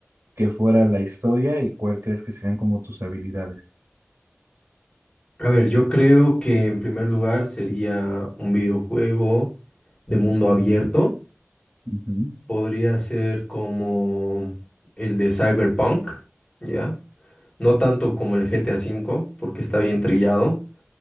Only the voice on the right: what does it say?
que fuera la historia y cuál crees que serían como tus habilidades.
Ujú.